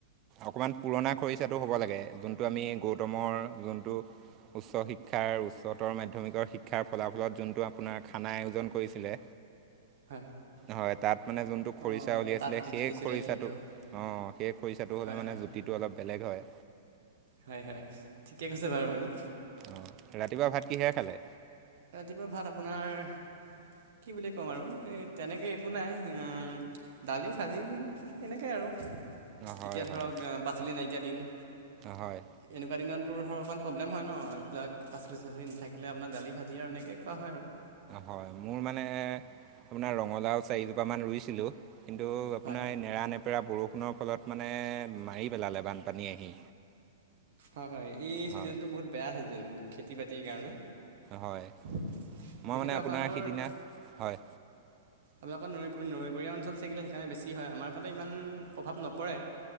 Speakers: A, on the right (about 35°); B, on the right (about 60°).
A: অকণমান পুৰণা খৰিচাটো হ'ব লাগে, যোনটো আমি গৌতমৰ যোনটো উচ্চ শিক্ষাৰ উচ্চতৰ মাধ্যমিকৰ শিক্ষাৰ ফলাফলত যোনটো আপোনাৰ খানা আয়োজন কৰিছিলে
B: হয়।
A: হয় তাত মানে যোনটো খৰিচা
B: অঁ
A: উলিয়াইছিলে
B: তাত যিটো
A: সেই
B: দিছিলে
A: খৰিচাটো,
B: সেইটো
A: অ' সেই খৰিচাটো হ'লে
B: হয়
A: মানে
B: হয়
A: চিটো অলপ বেলেগ হয়।
B: হয় হয়, ঠিকে কৈছে বাৰু আপুনি।
A: অ' ৰাতিপুৱা ভাত কিহেৰে খালে?
B: ৰাতিপুৱাৰ ভাত আপোনাৰ কি বুলি ক'ম আৰু এই তেনেকৈ একো নাই, উ, দালি ভাজি। এনেকেই আৰু।
A: হয়
B: এতিয়া
A: হয়
B: ধৰক পাচলি নাইকিয়া দিম।
A: হয়।
B: এনেকুৱা দিনতোৰ ধৰ অকণ প্ৰব্লেম হয় ন' এইিলাক পাচলি টাচলি নাথাকিলে আপোনাৰ দালি ভাত। দিয়া আৰু এনেকেই খোৱা হয় আৰু।
A: হয়, মোৰ মানে আপোনাৰ ৰঙালাও চাৰিজোপ মান ৰুইছিলোঁ। কিন্তু আপোনাৰ
B: হয়
A: এই নেৰা নেপেৰা বৰষুণৰ ফলত মানে মাৰি পেলালে বানপানী আহি।
B: হয় হয়, এই চিজনটো
A: হয়
B: বহুত বেয়া ছিজন খেতি বাতিৰ কাৰণে।
A: হয়
B: বিশেষকৈ
A: মই মানে আপোনাৰ
B: আপোনালোকৰ
A: সিদিনা হয়
B: আপোনালোকৰ নৈ নৈপৰীয়া অঞ্চল থাকিলে সেইকাৰণে বেছি হয়, আমাৰফালে ইমান প্ৰভাৱ নপৰে।